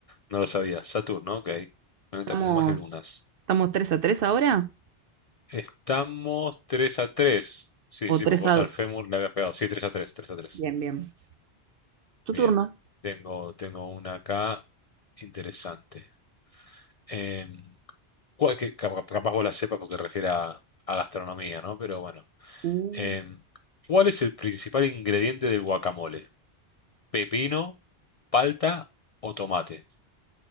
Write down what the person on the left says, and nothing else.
No lo sabía. Saturno, ok. Planeta
con más lunas.
Estamos tres a tres Sí, sí,
sí,
porque vos
al fémur le habías pegado. Sí, tres a tres tres a tres
Bien.
Tengo, tengo una acá interesante. Eh, cuál- que capa- capaz vos la sepas porque refiere a, a gastronomía, ¿no? Pero bueno.
Eh, ¿cuál es el principal ingrediente del guacamole? ¿Pepino, palta o tomate?